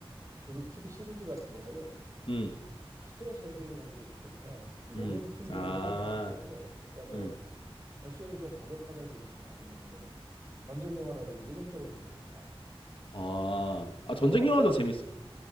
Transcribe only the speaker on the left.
음,
음. 아,
음.
아, 아 전쟁
영화도 재밌어.